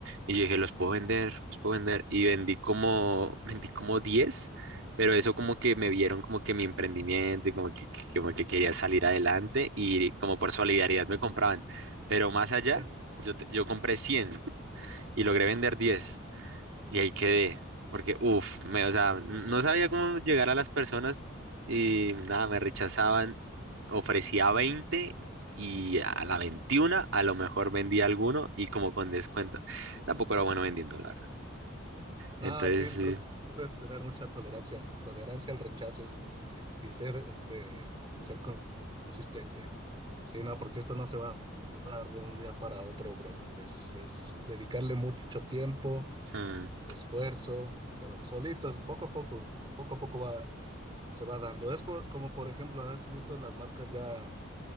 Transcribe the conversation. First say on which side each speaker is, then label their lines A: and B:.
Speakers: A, on the right; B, on the right.
A: Y yo dije, los puedo vender, los puedo vender. Y vendí como, <laughs> vendí como diez pero eso como que me vieron como que mi emprendimiento y como que, que- como que quería salir adelante y como por solidaridad me compraban. Pero más
B: Ok.
A: allá, yo, te- yo compré 100 y logré vender 10 y ahí quedé, porque, uff, me, o sea, no sabía cómo llegar a las personas y nada, me rechazaban. Ofrecía 20 y a la 21 a lo mejor vendía alguno y como con descuento. Tampoco era bueno vendiendo, la verdad.
B: Nada,
A: Entonces,
B: aquí el
A: sí.
B: truco es tener mucha tolerancia, tolerancia al rechazo es- y ser, este, ser con- consistente. Sí, no, porque esto no se va a dar de un día para otro, bro. Es, es dedicarle mucho tiempo,
A: hmm,
B: esfuerzo, pero pues solitos, poco a poco, poco a poco va, se va dando. Es por- como, por ejemplo, has visto las marcas ya,